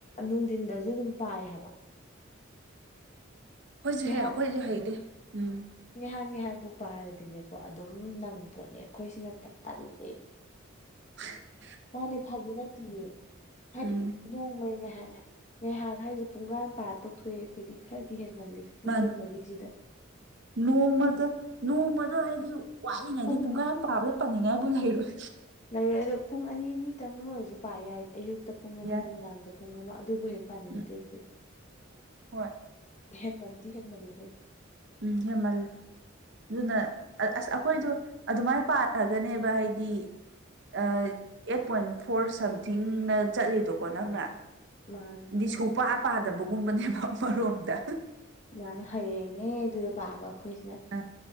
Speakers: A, on the left (about 35°); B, on the right (about 60°).
A: ꯅꯨꯡꯗꯤꯟꯗꯖꯨ ꯑꯗꯨꯝ ꯄꯥꯏ ꯍꯥꯏꯕ
B: ꯍꯣꯏꯖꯨꯍꯦ
A: ꯉꯥꯏꯍꯥꯛ
B: ꯑꯩꯈꯣꯏꯗꯤ ꯍꯌꯦꯡꯗꯤ ꯎꯝ
A: ꯉꯥꯏꯍꯥꯛ ꯉꯥꯏꯍꯥꯛꯄꯨ ꯄꯥꯔꯗꯤꯅꯦꯀꯣ ꯑꯗꯨꯝ ꯅꯪ ꯄꯣꯠꯅꯦ ꯑꯩꯈꯣꯏꯁꯤꯅ ꯈꯔ ꯇꯟꯕꯩ
B: ꯍ <unintelligible>
A: ꯃꯥꯅꯦ ꯐꯒꯤ ꯅꯠꯇꯤꯌꯦ ꯍꯥꯏꯗꯤ
B: ꯎꯝ
A: ꯅꯣꯡꯃꯩ ꯉꯥꯏꯍꯥꯛ ꯉꯍꯥꯛ ꯉꯥꯏꯍꯥꯛ ꯍꯥꯏꯖꯦ ꯄꯨꯡ ꯒꯥꯏꯃꯥ ꯄꯥ ꯇꫭꯛꯊꯣꯛꯑꯦ ꯑꯩꯈꯣꯏꯗꯤ ꯈꯔꯗꯤ ꯍꯦꯟꯃꯜꯂꯦ ꯄꯨꯡ
B: ꯃꯥ
A: ꯀꯨꯟꯃꯔꯤꯖꯤꯗ
B: ꯅꯣꯡꯃꯗ ꯅꯣꯡꯃꯗꯣ ꯍꯥꯏꯗꯤ ꯋꯥꯠꯂꯤꯉꯩꯗꯤ
A: ꯄꯨꯡ
B: ꯄꯨꯡꯈꯥꯏ ꯑꯃ ꯄꯥꯕꯗ ꯇꯝꯅꯤꯉꯥꯏꯕꯨ ꯂꯩꯔꯣꯏ
A: ꯂꯩꯔꯦ ꯑꯗꯣ ꯄꯨꯡ ꯑꯅꯤ ꯑꯅꯤꯇꯪ ꯑꯣꯏꯔꯖꯨ ꯄꯥ ꯌꯥꯏ ꯑꯌꯨꯛꯇ ꯄꯨꯡ ꯑꯃ
B: ꯌꯥꯏ
A: ꯅꯨꯡꯗꯥꯡꯗ ꯄꯨꯡ ꯑꯃ ꯑꯗꯨꯕꯨ ꯍꯦꯛ ꯄꯥꯅꯤꯡꯗꯦ
B: ꯎꯝ
A: ꯑꯩꯈꯣꯏ
B: ꯍꯣꯏ
A: ꯍꯦꯟꯃꯟꯗꯤ ꯍꯦꯟꯃꯟꯂꯦꯍꯦ
B: ꯎꯝ ꯍꯦꯟꯃꯟꯂꯦ ꯑꯗꯨꯅ ꯑꯁ ꯑꯩꯈꯣꯏꯗꯣ ꯑꯗꯨꯃꯥꯏꯅ ꯄꯥꯔꯒꯅꯦꯕ ꯍꯥꯏꯗꯤ ꯑꯥ ꯑꯦꯠ ꯄꯣꯏꯟ ꯐꯣꯔ ꯁꯝꯊꯤꯡꯅ ꯆꯠꯂꯤꯗꯣꯀꯣ ꯅꯪꯅ
A: ꯃꯥꯅꯦ
B: ꯗꯤ ꯁꯨꯄꯥ ꯄꯥꯗꯕꯒꯨꯝꯕꯅꯦꯕ ꯑꯃꯔꫭꯝꯗ
A: ꯑꯗꯨꯃꯥꯏꯏꯅ ꯍꯌꯦꯡꯅꯦ ꯑꯗꯨꯗ ꯄꯥꯕ ꯑꯩꯈꯣꯏꯁꯤꯅ
B: ꯑ